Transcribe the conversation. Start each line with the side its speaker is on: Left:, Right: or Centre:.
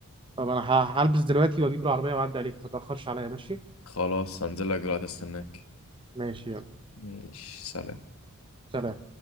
Right: طب انا ه- هلبس دلوقتي واجيب العربية واعدي عليك ما تأخرش عليا ماشي
Left: خلاص هنزل لك دلوقتي استناك
Right: ماشي يلا
Left: ماشي سلام
Right: سلام